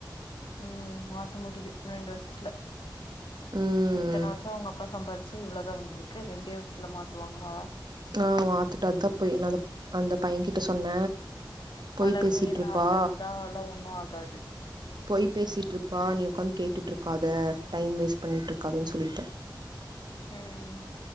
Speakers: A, on the left; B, on the right.
A: உம் மாத்த முடியும் ரெண்டு வர்ஷத்துல
B: ம்
A: இத்தன வருஷம் உங்க அப்பா சம்பாரிச்சி ட்டு இ்வ்ளதான் வந்திருக்கு ரெண்டே வருஷத்துல மாத்துவாங்களா
B: ஆஹ் மாத்துட்டாதான் பொய் நான் அந்த பையன் கிட்ட சொன்ன பொய்
A: அளவுக்கு
B: பேசிட்
A: மீறின
B: இருப்பா
A: ஆச இருந்தா அதெல்லா ஒண்ணு ஆகாது
B: பொய் பேசிட் இருப்பா நீ உட்காந்து கேட்டு ட்ருக்காத டைம் வேஸ்ட் பண்ணிட்டுருக்காதான்னு சொல்லிட்ட
A: உம் உம்